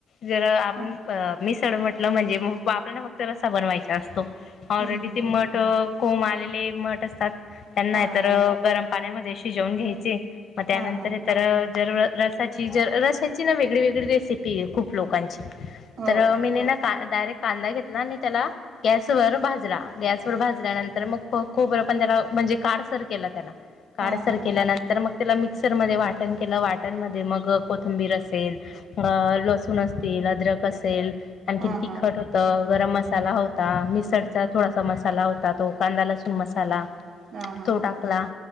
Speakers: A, on the left (about 60°); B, on the right (about 65°).
A: जरा आपण
B: हम्म
A: अ मिस ड मटलं म्हणजे म व आपल्याला फक्त रस्सा बनवाय चा असतो. ऑलरेडी
B: हम्म
A: ती मठ
B: हम्म
A: कोम आलेले मठ असतात त्यांना
B: हा
A: ए तर
B: हा
A: गरम पाण्यामध्ये ते शिजवून घ्यायचे मग त्यानंतरी
B: हा हा
A: तर जर रसाची जर रसाची ना वेगळी वेगळी रेसि पी ए खूप लोकांची.
B: हो
A: तर मी नाही ना का डायरेक्ट कांदा घेतला आणि त्याला गॅसवरर भाजला गॅसवरर भाजल्यानंतर मग खोबरं पण त्याला म्हणजे काड सर केला त्याला काडसार
B: हा हा
A: केेल्या
B: हा
A: नंतर मग त्याला मिक्सरमध्ये वाटण केलं वाटण म मग कोथंबीर असेल अ लसुून अस तील अद्रक असेल आणखीन
B: हा
A: तिखट
B: हा
A: होत गरम मसाला होता मिसळचा थोडासा मसाला होता तो कांदा लसूण मसाला
B: हा हा
A: तो टाकला
B: हा